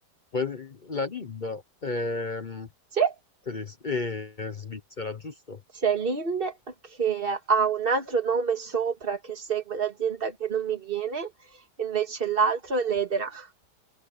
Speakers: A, on the left (about 35°); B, on the right (about 30°).
A: Beh, La Lind è, mm,
B: Sì.
A: tedes- è svizzera, giusto?
B: C'è Lind che ha un altro nome sopra che segue l'azienda che non mi viene, invece l'altro è l'Ederach,